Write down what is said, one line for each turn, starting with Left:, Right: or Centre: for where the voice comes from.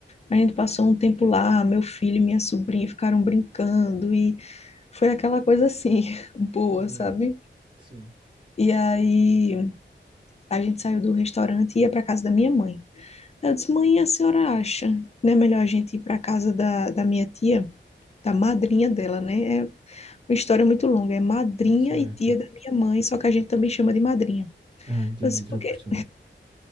Left: A gente passou um tempo lá, meu filho e minha sobrinha ficaram brincando e foi aquela coisa assim, <laughs> boa,
Right: Uhum,
Left: sabe?
Right: sim,
Left: E aí a gente saiu do restaurante e ia para casa da minha mãe. Eu disse, mãe, a senhora acha, né, melhor a gente ir para casa da, da minha tia, da madrinha dela, né? É uma história muito longa, é madrinha
Right: certo.
Left: e tia da minha mãe, só que a gente também chama de madrinha.
Right: Ah, entendi,
Left: Eu disse,
Right: entrou
Left: porque
Right: costume.